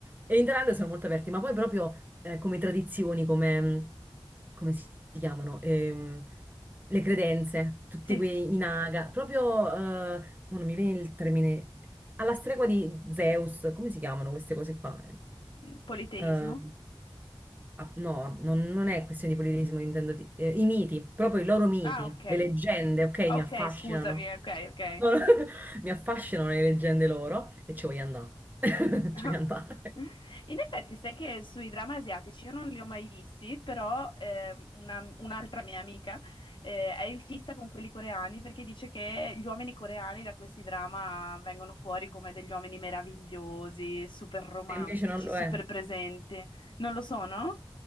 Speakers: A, on the right; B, on the left.
A: E in Thailandia sono molto aperti, ma poi proprio eh, come tradizioni, come, come si chiamano? Ehm, le credenze, tutti
B: Sì,
A: quei i naga, proprio, eh, mo non mi viene il termine, alla stregua di Zeus, come si chiamano queste cose qua?
B: mm, politeismo.
A: Eh, Ah, No, ah, non, non è questione di politismo, intendo di- eh, i miti, proprio i loro miti,
B: Ah, ok.
A: le leggende, ok,
B: Ok,
A: mi affascinano.
B: scusami, ok, ok.
A: No, no, <laughs> mi affascinano le leggende loro e ci voglio andare. <laughs>
B: <laughs>
A: Ci voglio andare.
B: In effetti, sai che sui dramma asiatici io non li ho mai visti, però ehm, una- un'altra mia amica eh, è in fissa con quelli coreani perché dice che gli uomini coreani da questi drama vengono fuori come degli uomini meravigliosi, super romantici,
A: E invece non lo
B: super
A: è.
B: presenti. Non lo sono?